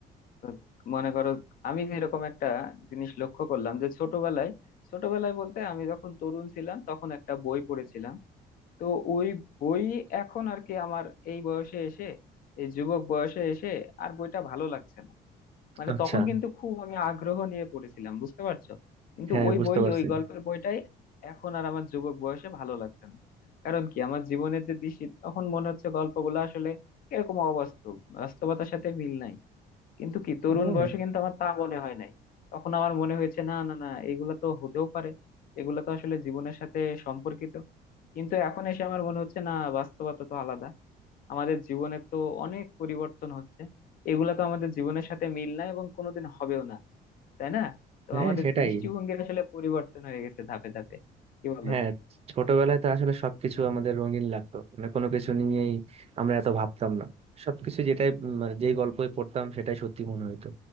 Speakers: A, on the left; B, on the right.
A: তো মনে করো আমি এরকম একটা জিনিস লক্ষ্য করলাম যে ছোটবেলায় ছোটবেলায় বলতে আমি যখন তরুণ ছিলাম তখন একটা বই পড়েছিলাম তো ওই বই এখন আর কি আমার এই বয়সে এসে এই যুবক বয়সে এসে আর বইটা ভালো লাগছে না মানে
B: আচ্ছা
A: তখন কিন্তু খুব আমি আগ্রহ নিয়ে পড়েছিলাম বুঝতে পারছো কিন্তু
B: হ্যাঁ
A: ওই
B: বুঝতে
A: বই
B: পারছি
A: ওই গল্পের বইটাই এখন আর আমার যুবক বয়সে ভালো লাগছে না কারণ কি আমার জীবনের যে দৃষ্টি তখন মনে হচ্ছে গল্পগুলো আসলে কিরকম অবাস্তব বাস্তবতার সাথে মিল নাই কিন্তু কি তরুণ
B: হ্যাঁ
A: বয়সে কিন্তু আমার তা মনে হয় নাই তখন আমার মনে হয়েছে না না না এগুলা তো হতেও পারে এগুলা তো আসলে জীবনের সাথে সম্পর্কিত কিন্তু এখন এসে আমার মনে হচ্ছে না বাস্তবতা তো আলাদা আমাদের জীবনে তো অনেক পরিবর্তন হচ্ছে এগুলা তো আমাদের জীবনের সাথে মিল নাই এবং কোনোদিন হবেও না তাই না তো
B: হ্যাঁ
A: আমাদের
B: সেটাই
A: দৃষ্টিভঙ্গির আসলে পরিবর্তন হয়ে গেছে ধাপে ধাপে কি বলো
B: হ্যাঁ ছোটবেলায় তো আসলে সবকিছু আমাদের রঙিন লাগতো মানে কোনো কিছু নিয়েই আমরা এত ভাবতাম না সবকিছু যেটাই উম, মানে যেই গল্পই পড়তাম সেটাই সত্যি মনে হইতো